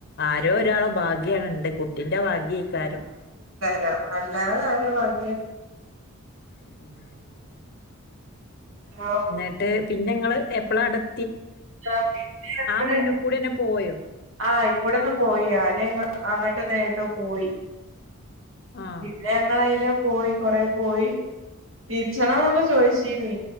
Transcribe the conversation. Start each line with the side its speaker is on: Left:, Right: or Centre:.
Left: ആരോ ഒരാളോ ഭാഗ്യണ ഇണ്ട് കുട്ടിന്റെ ഭാഗ്യക്കാരം
Right: രം അല്ലാതെ ആരോ ഭാഗ്യ?
Left: ഉ
Right: ഹലോ
Left: എന്നിട്ട് പിന്നെ ഞങ്ങള് എപ്പഴാ അടു-
Right: ആ പിന്നെ
Left: മുന്ന്കൂടെന്നെ പോയോ?
Right: ആ ഇപ്പോടെന്ന് പോയി ആ! അങ്ങോട്ട് നേരിട്ട് പോയി
Left: ആഹ്.
Right: പിന്നെ ഞങ്ങളതിലൂ പോയി കൊറെ പോയി തീരീച്ചുണൊക്കെ ചോയിച്ചീനീ